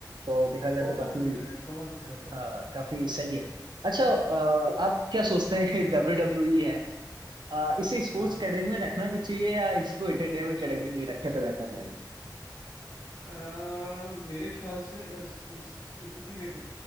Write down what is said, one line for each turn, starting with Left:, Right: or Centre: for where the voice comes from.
Right: तो देखा जाए
Left: बहुत
Right: तो काफी
Left: रेयर है बहुत रेयर है
Right: हाँ काफी सही है अच्छा अ, आप क्या सोचते हैं <laughs> डब्ल्यू डब्ल्यू ई है अ, इसे स्पोर्ट्स
Left: हाँ।
Right: कैटेगरी में रखना भी चाहिए या इसको एंटरटेनमेंट कैटेगरी में ही रखें तो बेहतर रहेगा
Left: अ, मेरे ख्याल से अगर इस चीज क्योंकि देखो